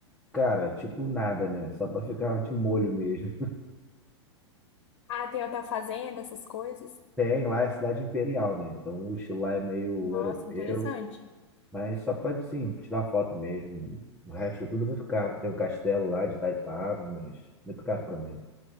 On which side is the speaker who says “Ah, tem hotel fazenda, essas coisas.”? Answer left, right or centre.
Left